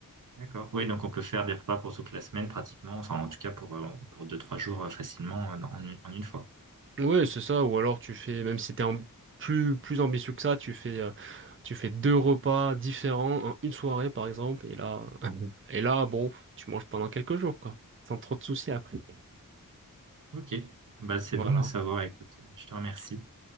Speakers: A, on the right; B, on the right.
A: D'accord. Oui, donc on peut faire des repas pour toute la semaine pratiquement, enfin en tout cas pour, euh, pour deux, trois jours euh, facilement euh, en, une en une fois.
B: Ouais, c'est ça. Ou alors tu fais, même si t'es am- plus plus ambitieux que ça, tu fais euh, tu fais deux repas différents en une soirée par exemple. Et là, <laughs> et là, bon, tu manges pendant quelques jours quoi, sans trop de soucis après.
A: Ok. Bah, c'est
B: Voilà.
A: bon à savoir, écoute, je te remercie.